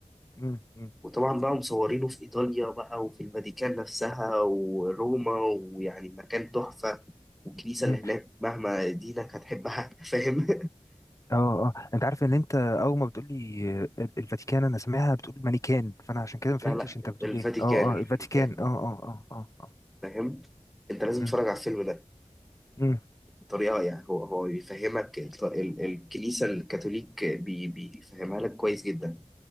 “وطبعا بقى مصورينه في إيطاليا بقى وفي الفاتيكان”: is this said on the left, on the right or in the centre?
Centre